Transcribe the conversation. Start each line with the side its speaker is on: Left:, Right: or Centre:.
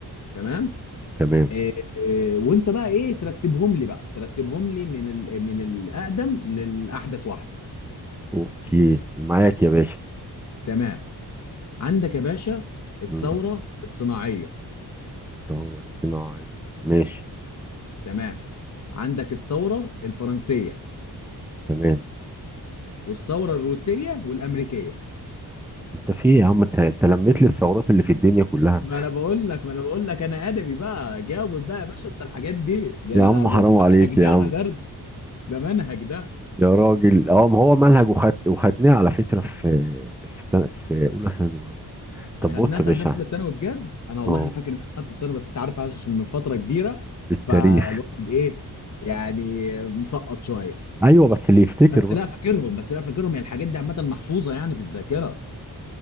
Left: تمام
Centre: تمام
Left: آه، آه، وانت بقى ايه ترتبهم لي بقى ترتبهم لي من ال... من الاقدم للاحدث واحده
Centre: اوكي معاك يا باشا
Left: تمام عندك يا باشا الثوره
Centre: مم.
Left: الصناعيه
Centre: طبعاً صناعي ماشي
Left: تمام عندك الثوره الفرنسيه
Centre: تمام
Left: والثوره الروسيه والامريكيه
Centre: انت في إيه يا عم انت انت لميت لي الثورات اللي في الدنيا كلها
Left: ما انا بقول لك ما انا بقول لك انا ادبي بقى جاوب بقى يا باشا انت الحاجات دي ده
Centre: يا عم
Left: ده
Centre: حرام
Left: ده
Centre: عليك
Left: منهج ده
Centre: يا عم
Left: انا درس ده منهج ده
Centre: يا راجل اه ما هو منهج وخد وخدناه على فكرة في في, سنة- في اولى ثانوي طب
Left: خدناه
Centre: بص يا
Left: خدناه
Centre: باشا
Left: في اولى ثانوي بجد انا والله
Centre: اه
Left: انا فاكر ان انا خدته في سنه بس انت عارف عشان من فتره كبيره
Centre: التاريخ
Left: فالواحد ايه يعني مسقط شويه
Centre: ايوه بس اللي يفتكر
Left: بس
Centre: بقى
Left: لا فاكرهم بس لا فاكرهم يعني الحاجات دي عامه محفوظه يعني في الذاكره